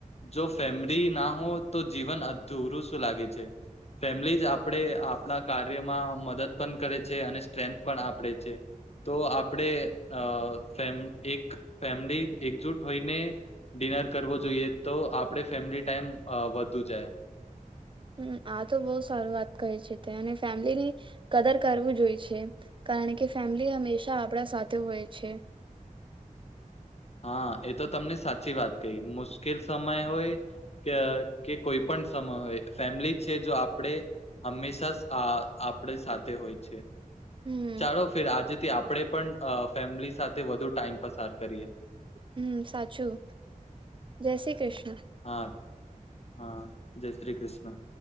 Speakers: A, on the left; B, on the right.
A: જો ફેમલી ના હો તો જીવન અધૂરું શું લાગે છે ફેમલી જ આપણે આપણા કાર્યમાં મદદ પણ કરે છે અને સ્ટ્રેન્થ પણ આપડે છે તો આપણે અ ફેમ એક. ફેમિલી એકજૂટ હોઈને ડિનર કરવો જોઈએ તો આપણે ફેમિલી ટાઈમ વધુ જાય.
B: હમ આ તો બહુ સારુ વાત કહે છે તે અને ફેમિલીની કદર કરવું જોય છે કારણ કે ફેમિલી હંમેશા આપણા સાથે હોય છે.
A: હા એ તો તમને સાચી વાત કહી મુશ્કેલ સમય હોય કે કે કોઈ પણ સમય હોય ફેમિલી છે જો આપણે હંમેશા આપણે સાથે હોય છે.
B: હમ
A: ચાલો ફેર આજેથી આપ. આપડે પણ ફેમિલી સાથે વધુ ટાઈમ પસાર કરીએ.
B: હમ સાચું જય શ્રી કૃષ્ણ.
A: હા હા. જય શ્રી કૃષ્ણ.